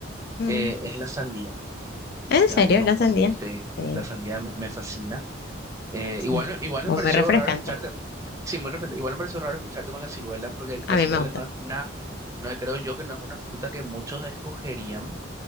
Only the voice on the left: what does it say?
Mm,
¿En serio?
¿La
sandía?
Sí,
sí.
Es
muy refrescante.
A mí
me gusta,